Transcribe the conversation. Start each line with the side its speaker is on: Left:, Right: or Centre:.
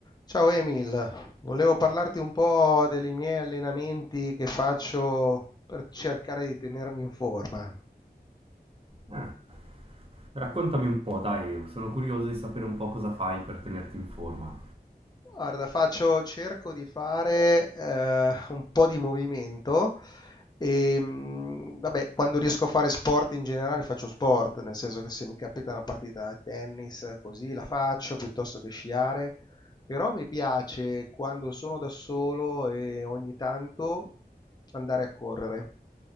Left: Ciao Emil, volevo parlarti un po' dei miei allenamenti che faccio per cercare di tenermi in forma.
Right: Eh, raccontami un po', dai, sono curioso di sapere un po' cosa fai per tenerti in forma.
Left: Guarda, faccio cerco di fare, ehm, un po' di movimento, ehm, vabbè, quando riesco a fare sport in generale faccio sport, nel senso che se mi capita una partita a tennis, eh, così la faccio, piuttosto che sciare, però mi piace quando sono da solo e ogni tanto andare a correre.